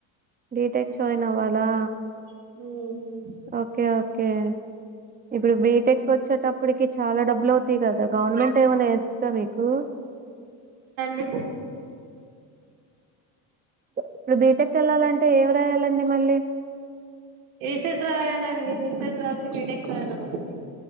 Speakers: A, on the right; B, on the right.
A: బీటెక్ జాయిన్ అవ్వాలా
B: ఉం
A: ఓకే ఓకే ఇప్పుడు బీటెక్ వచ్చేటప్పటికి చాలా డబ్బులు అవుతాయి కదా గవర్నమెం ట్ ఏవన్నా ఎస్తదా మీకు
B: అండి
A: ఇప్పుడు బీటెక్ వెళ్లాలంటే ఏమి రాయాలండి మళ్ళీ
B: ఏసెట్ రాయాలండి ఏ సెట్ రాసి బీటెక్ జాయిన్ అవ్వాలి